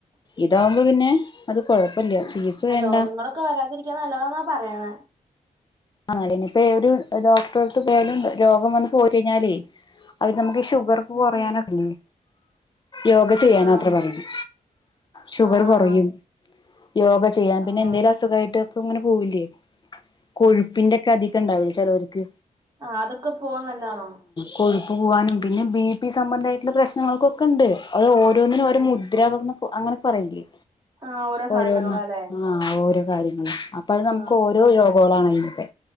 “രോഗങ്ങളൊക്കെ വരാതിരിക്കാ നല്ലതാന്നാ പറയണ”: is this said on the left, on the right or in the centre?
Right